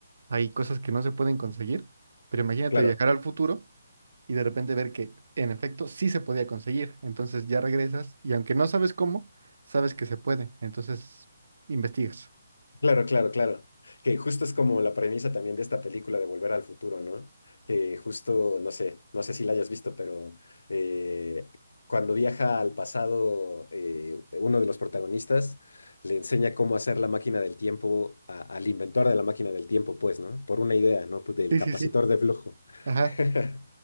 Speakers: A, on the right (about 50°); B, on the left (about 80°).
A: Hay cosas que no se pueden conseguir, pero imagínate
B: Claro.
A: viajar al futuro y de repente ver que en efecto sí se podía conseguir. Entonces ya regresas y aunque no sabes cómo, sabes que se puede. Entonces investigas.
B: Claro, claro, claro. Que justo es como la premisa también de esta película de Volver al Futuro, ¿no? Que justo, no sé, no sé si la hayas visto, pero eh, cuando viaja al pasado, eh, uno de los protagonistas le enseña cómo hacer la máquina del tiempo a- al inventor de la máquina del tiempo, pues, ¿no? Por una idea, ¿no? Pues del
A: Sí,
B: capacitor
A: sí, sí.
B: de flujo.
A: Ajá.
B: <laughs>